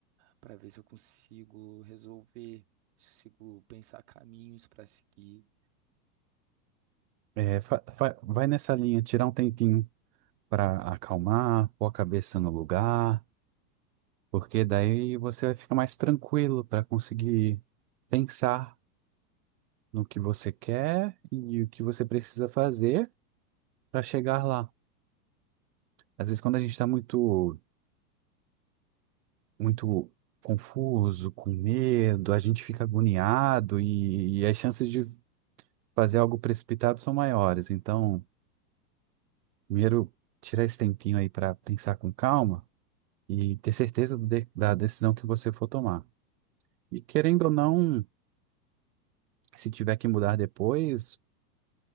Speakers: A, on the right; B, on the right.
A: para ver se eu consigo resolver, se eu consigo pensar caminhos para seguir.
B: É, fa- fa- vai nessa linha, tirar um tempinho para acalmar, pôr a cabeça no lugar, porque daí você vai ficar mais tranquilo para conseguir pensar no que você quer e o que você precisa fazer para chegar lá. Às vezes, quando a gente está muito, muito confuso, com medo, a gente fica agoniado e, e as chances de fazer algo precipitado são maiores. Então, primeiro, tirar esse tempinho aí para pensar com calma. e ter certeza de- da decisão que você for tomar. E querendo ou não, se tiver que mudar depois,